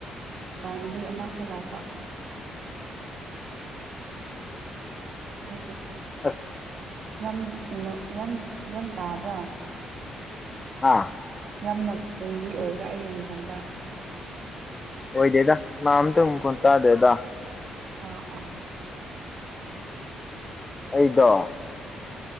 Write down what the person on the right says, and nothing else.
ꯏꯕꯥꯅꯕꯤ ꯑꯃꯁꯨ ꯂꯥꯛꯄ ꯑꯗꯨꯒꯤ
ꯌꯥꯝ ꯌꯥꯝ ꯌꯥꯝ ꯇꯥꯕ꯭ꯔꯥ
ꯌꯥꯝꯅ ꯅꯣꯏꯖꯤ ꯑꯣꯏꯕ꯭ꯔꯥ ꯑꯩꯒꯤ ꯃꯐꯝꯗ
ꯑꯥ ꯑꯥ